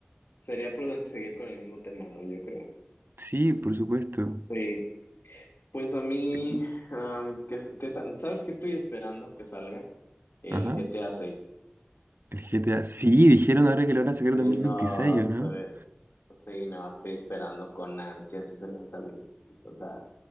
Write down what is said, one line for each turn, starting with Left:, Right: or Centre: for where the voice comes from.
Left: sería prudente seguir con el mismo tema, ¿no? Yo creo.
Right: Sí, por supuesto.
Left: Sí, pues a mí,
Right: Es-
Left: am, que, que, ¿sabes qué estoy esperando que salga? El
Right: Ajá.
Left: GTA 6.
Right: El GTA. Sí, dijeron ahora que lo van a sacar en
Left: Sí,
Right: 2026,
Left: no,
Right: ¿o
Left: estoy,
Right: no?
Left: sí, no, estoy esperando con ansias ese lanzamiento. O sea,